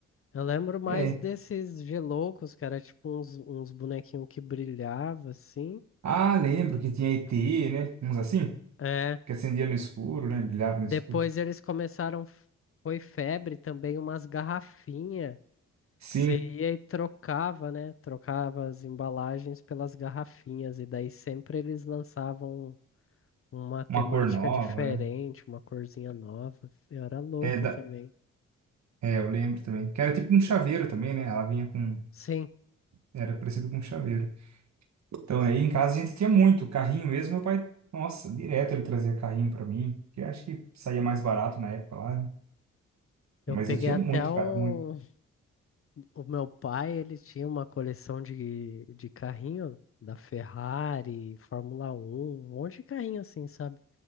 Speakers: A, on the left; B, on the right.
A: Eu lembro mais
B: É.
A: desses Geloucos, que era tipo uns, uns bonequinhos que brilhava assim.
B: Ah, lembro que tinha ET, né? Uns assim,
A: É.
B: que acendia no escuro, né? Brilhava no
A: Depois
B: escuro.
A: eles começaram, foi febre também, umas garrafinhas.
B: Sim,
A: que Você ia e trocava, né? Trocava as embalagens pelas garrafinhas. E daí sempre eles lançavam uma temática
B: uma cor nova,
A: diferente,
B: né?
A: uma corzinha nova. Eu era louco
B: É, da...
A: também.
B: é, eu lembro também. Que era tipo um chaveiro também, né? Ela vinha com.
A: Sim.
B: Era parecido com um chaveiro. Então aí em casa a gente tinha muito carrinho mesmo, meu pai, nossa, direto ele trazia carrinho pra mim, porque eu acho que saía mais barato na época lá, né? Mas
A: Eu peguei
B: eu tinha
A: até
B: muito,
A: um.
B: cara, muito.
A: O meu pai, ele tinha uma coleção de, de carrinho da Ferrari, Fórmula Um, um monte de carrinho assim, sabe?